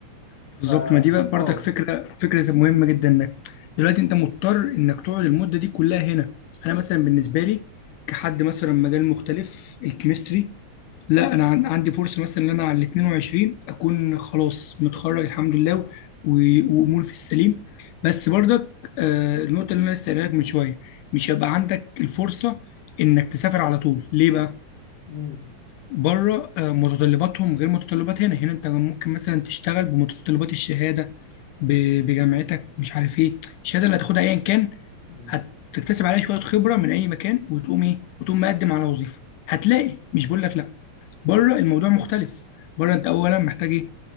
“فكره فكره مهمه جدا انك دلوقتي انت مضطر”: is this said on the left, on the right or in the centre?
Left